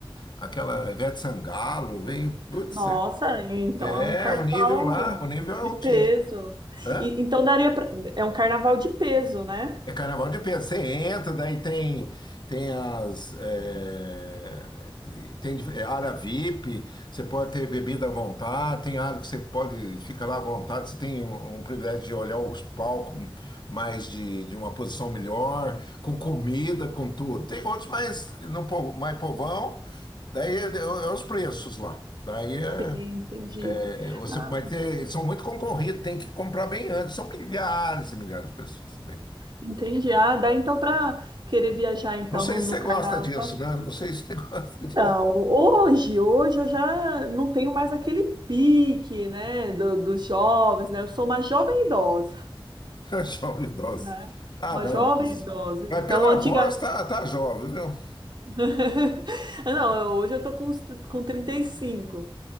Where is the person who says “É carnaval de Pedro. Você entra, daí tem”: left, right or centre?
Left